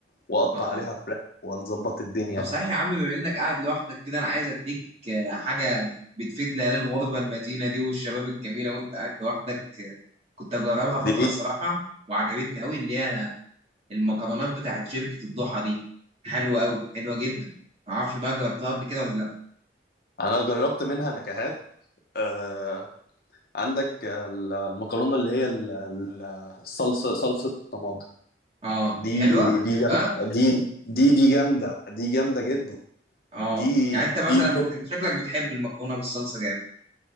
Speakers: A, on the left; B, on the right.
A: واقطع
B: اه
A: عليها فراخ ونظبط الدنيا
B: طب صحيح
A: يعني
B: يا عم بما انك قاعد لوحدك كده انا عايز اديك آه، حاجه بتفيد ليالي الغربه المتينه دي والشباب الجميله وانت قاعد لوحدك آه، كنت اجربها فتره
A: دي
B: الصراحه وعجبتني قوي اللي هي المكرونات بتاعت شركه الضحى دي حلوه قوي حلوه جدا معرفش بقى جربتها قبل كده ولا لا
A: انا جربت منها نكهات آه، عندك ال- المكرونه اللي هي ال- ال- الصلصه صلصه الطماطم
B: اه
A: دي
B: حلوه بتحبها
A: دي جامده دي دي دي جامده دي جامده جدا
B: اه
A: دي
B: يعني انت مثلا
A: دي توب
B: بت... انت شكلك بتحب المكرونه بالصلصه جامد